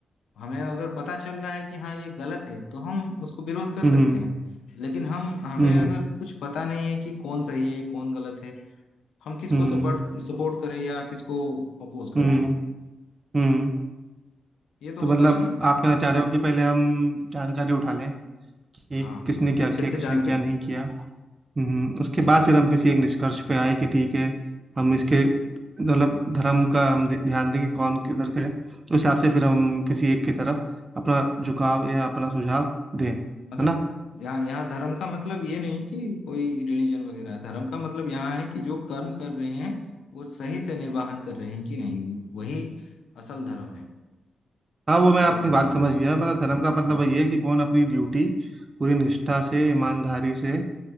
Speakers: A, on the left (about 85°); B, on the right (about 35°).
A: हमें अगर पता चल रहा है कि हाँ ये गलत है तो हम उसको विरोध कर
B: हम्म
A: सकते हैं लेकिन हम हमें
B: हम्म
A: अगर कुछ पता नहीं है कि कौन सही है कौन गलत है हम किसको
B: हम्म
A: सपोर्ट सपोर्ट करें या किसको अपोज करें
B: हम्म, हम्म। हम्म।
A: ये तो
B: तो
A: होता
B: मतलब
A: है ना
B: आप कहना चाह रहे हो कि पहले हम जानकारी उठा लें कि
A: हाँ
B: किसने
A: हाँ
B: क्या
A: अच्छे
B: किया
A: से जान
B: किसने क्या
A: कर
B: नहीं किया हम्म, उसके
A: जी
B: बाद
A: जी
B: फिर
A: जी
B: हम किसी एक निष्कर्ष पे आए कि ठीक है हम इसके मतलब धर्म का हम ध- ध्यान दें कि कौन किधर का है उस हिसाब से फिर हम किसी एक की तरफ अपना झुकाव या अपना सुझाव
A: हाँ।
B: दें है
A: मतलब
B: ना
A: यहाँ यहाँ धर्म का मतलब ये नहीं कि कोई रिलीजन वगैरह है धर्म का मतलब यहाँ है कि जो कर्म कर रहे हैं वो सही से निर्वाहन कर रहे हैं कि नहीं वही असल धर्म है
B: हाँ वो मैं आपकी
A: जैसे कि
B: बात समझ गया मतलब धर्म का
A: हाँ
B: मतलब वही है कि कौन अपनी ड्यूटी पूरी निष्ठा से ईमानदारी से